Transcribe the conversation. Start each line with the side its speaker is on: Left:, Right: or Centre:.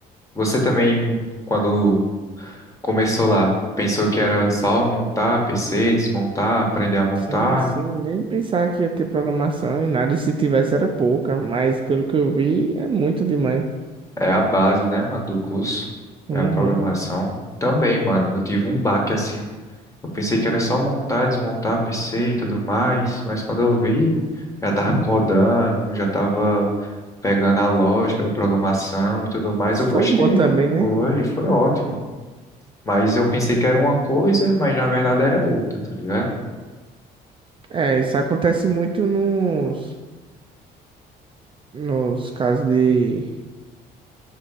Left: Você também, quando começou lá, pensou que era só montar PC, desmontar, aprender a montar?
Right: Sim, sim, nem pensava que ia ter programação e nada, e se tivesse era pouca, mas pelo que eu vi é muito demais.
Left: É a base, né, mano, do curso.
Right: Uhum.
Left: É a programação. Também, mano, eu tive um baque assim. Eu pensei que era só montar, desmontar PC e tudo mais, mas quando eu vi, já tava codando, já tava pegando a lógica da programação e tudo mais,
Right: Isso
Left: eu gostei.
Right: foi bom também, né?
Left: Foi, foi ótimo. Mas eu pensei que era uma coisa, mas na verdade era outra, tá ligado?
Right: É, isso acontece muito nos, nos casos de